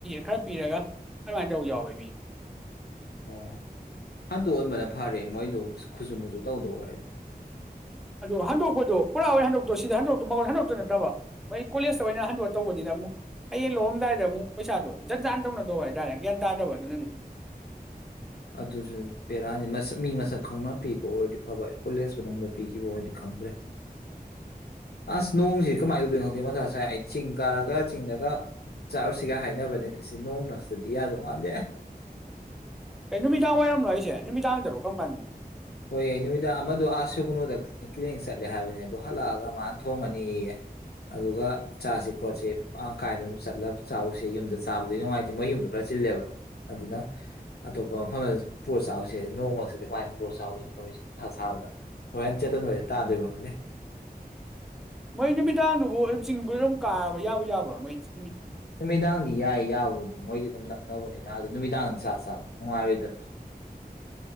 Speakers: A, in the centre; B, on the left.
A: ꯈꯔ ꯄꯤꯔꯒ ꯑꯗꯨꯃꯥꯏꯅ ꯇꯧ ꯌꯥꯎꯋꯦ ꯃꯤ
B: ꯑꯣ ꯍꯟꯗꯣꯛꯍꯟꯕꯅ ꯐꯔꯦ ꯃꯣꯏꯗ ꯈꯨꯁꯨꯨ ꯃꯨꯁꯨ ꯇꯧꯗꯣꯛ ꯑꯣꯏꯔꯗꯤ꯫
A: ꯑꯗꯨꯣ ꯍꯟꯗꯣꯛꯄꯗꯣ ꯄꯨꯔꯥ ꯑꯣꯏꯅ ꯍꯟꯗꯣꯛꯇꯣ ꯁꯤꯗ ꯍꯟꯗꯣꯛꯇꯣ ꯃꯃꯜ ꯍꯟꯗꯣꯛꯇꯨ ꯅꯠꯇꯕ, ꯃꯩ ꯀꯣꯂꯦꯖꯇ ꯑꯣꯏꯅ ꯍꯟꯗꯣꯛꯑ ꯇꯧꯕꯅꯤꯅ ꯑꯃꯨꯛ, ꯍꯌꯦꯡ ꯂꯧꯔꯝꯗꯥꯏꯗ ꯑꯃꯨꯛ ꯄꯩꯁꯥꯗꯣ, ꯖꯟ ꯖꯥꯥꯟ ꯇꯧꯅꯗꯧꯕ ꯍꯥꯏ ꯇꯔꯦ ꯒ꯭ꯌꯥꯟ ꯇꯥꯗꯕ ꯑꯗꯨꯅꯅꯦ꯫
B: ꯑꯗꯨꯁꯨ ꯕꯦꯔꯥꯅꯤ ꯃꯤ ꯃꯁꯛ ꯈꯪꯅ ꯄꯤꯕ ꯑꯣꯏꯔꯗꯤ ꯐꯕ ꯀꯣꯂꯦꯖ ꯃꯅꯨꯡꯗ ꯄꯤꯈꯤꯕ ꯑꯣꯏꯔꯗꯤ ꯈꯪꯗ꯭ꯔꯦ꯫ ꯑꯁ ꯅꯣꯡꯁꯤ
A: ꯎꯝ
B: ꯀꯃꯥꯏ ꯇꯧꯗꯨꯏꯅꫭ ꯈꯪꯗꯦ ꯃꯊꯥ ꯁ ꯉꯁꯥꯏ ꯆꯤꯡ ꯀꯥꯔꯒ ꯆꯤꯡꯗꯒ ꯆꯥꯔꯨꯁꯤꯒ ꯍꯥꯏꯅꯕꯅꯤ ꯁꯤ ꯅꯣꯡꯃ ꯃꯔꯛꯇꯗꯤ ꯌꯥꯗꯧ ꯃꯥꯟꯗꯦ꯫
A: ꯀꯩ ꯅꯨꯃꯤꯗꯥꯡ ꯋꯥꯏꯔꯝꯂꯣ ꯍꯥꯏꯁꯦ ꯅꯨꯃꯤꯗꯥꯡꯗꯔꫭ ꯀꯔꯝ ꯀꯥꯟꯗꯅꯣ꯫
B: ꯍꯣꯏꯌꯦ ꯅꯨꯃꯤꯗꯥꯡ ꯑꯃꯗꯣ ꯑꯥ ꯁꯒꯨꯅꯨꯗ <unintelligible> ꯆꯠꯂꯦ ꯍꯥꯏꯕꯅꯤ ꯑꯗꯨ ꯍꯜꯂꯛꯑꯒ ꯃꯥꯅ ꯊꯣꯡꯉꯅꯤꯌꯦ, ꯑꯗꯨꯒ ꯆꯥꯥꯁꯦ ꯈꯣꯠꯁꯤ ꯀꯥꯏꯅ ꯑꯗꯨꯝ ꯆꯠꯂꯒ ꯆꯥꯛꯁꯤꯦ ꯌꯨꯝꯗ ꯆꯥꯕꯗꯤ ꯅꯨꯡꯉꯥꯏꯇꯦ ꯃ ꯌꯨꯝꯗꯣ ꯈꯔ ꯆꯤꯜꯂꯦꯕ ꯑꯗꯨꯅ ꯑꯇꯣꯞꯄ ꯃꯐꯝꯗ ꯄꯣꯠ ꯆꯥꯎꯁꯦ ꯅꯣꯡꯃꯁꯤꯗ ꯀꯃꯥꯏ ꯄꯣꯠ ꯆꯥꯎꯗꫭꯅꫭ ꯇꯧꯔꯤꯁꯦ ꯃꯊꯥ ꯁꯥꯕꯗ ꯍꯣꯔꯦꯟ ꯆꯦꯠꯇꯟ ꯑꯣꯏꯅ ꯇꯥꯗꯣꯏꯕ꯭ꯔꯣ ꯈꯟꯗꯦ꯫
A: ꯃꯣꯏ ꯅꯨꯃꯤꯗꯥꯡꯗꯨꯕꯨ ꯑꯗꯨꯝ ꯆꯤꯡꯕ ꯑꯗꯨꯝ ꯀꯥꯕ ꯌꯥꯕ ꯌꯥꯕ꯭ꯔꯥ ꯃꯣꯏ ꯆꯤ
B: ꯅꯨꯃꯤꯗꯥꯡꯗꯤ ꯌꯥꯏ ꯌꯥꯕꯕꯨꯗꯤ ꯃꯣꯏꯗꯤ ꯑꯗꯨꯝ ꯅꯛ ꯅꯕꯅꯤꯅ ꯑꯗꯨ ꯅꯨꯃꯤꯗꯥꯡꯗꯝ ꯆꯥꯛ ꯆꯥꯕ ꯅꯨꯡꯉꯥꯏꯔꯣꯏꯗꯅ꯫